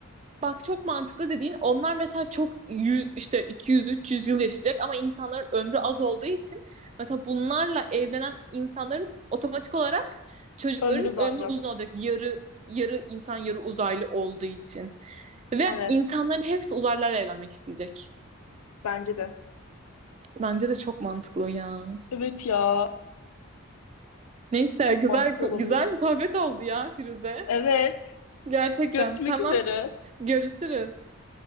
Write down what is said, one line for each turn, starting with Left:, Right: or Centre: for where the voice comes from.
Right: bak çok mantıklı dediğin onlar mesela çok 100 işte 200 300 yıl yaşayacak ama insanların ömrü az olduğu için mesela bunlarla evlenen insanların otomatik olarak çocukların
Left: Ömür uzanacak.
Right: ömrü uzun olacak. Yarı yarı insan yarı uzaylı olduğu için. Ve
Left: Evet.
Right: insanların hepsi uzaylılarla evlenmek isteyecek.
Left: Bence de.
Right: Bence de çok mantıklı ya.
Left: Evet ya.
Right: Neyse
Left: Çok
Right: güzel
Left: mantıklı olabilir.
Right: güzel bir sohbet oldu ya Firuze.
Left: Evet.
Right: Gerçekten.
Left: Görüşmek
Right: Tamam.
Left: üzere.
Right: Görüşürüz.